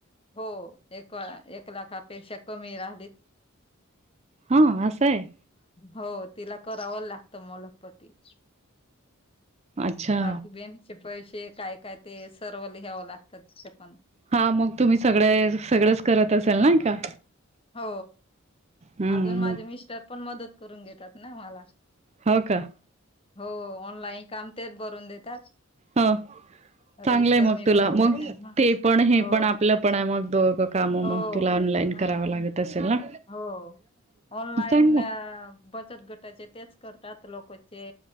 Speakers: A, on the left; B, on the right.
A: हो एक एक लाखपेक्षा कमी हां
B: हा असं आहे.
A: हो बावाल लागतो लखपती
B: अच्छा
A: लाडकी बहिनचे पैसे काय काय ते सर्व ल घ्यावं लागतात त्याच्या पण
B: हा मग तुम्ही सगळे सगळेच करत असेल ना का
A: हो
B: हम्म
A: अजून माझे
B: मग
A: मिस्टर पण मदत करून घेतात ना मला
B: हो का
A: हो ऑनलाईन काम तेच भरून देतात
B: ह चांगलंय
A: रजिस्टर
B: मग
A: मी
B: तुला
A: भरून घेते
B: मग
A: ह
B: ते पण हे
A: हो
B: पण आपलं पण आहे मग दों काम
A: हो
B: मग तुला ऑनलाईन
A: हम्
B: कराव लागत असेल ना
A: हो ऑनलाईन
B: चांगलं
A: बचत गटाचे तेच करतात लोकचे